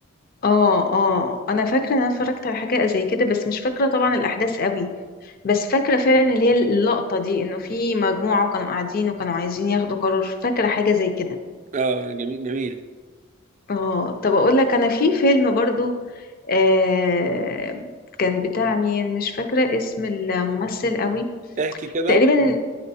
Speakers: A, on the left; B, on the right.
A: اه اه انا فاكره ان انا اتفرجت على حاجه زي كده بس مش فاكره طبعا الاحداث قوي بس فاكره فعلا اللي هي اللقطه دي انه في مجموعه وكانوا قاعدين وكانوا عايزين ياخدوا قرار فاكره حاجه زي كده
B: اه جميل جميل
A: اه طب اقول لك انا في فيلم برضو آه كان بتاع مين مش فاكره اسم الممثل قوي
B: احكي كده
A: تقريبا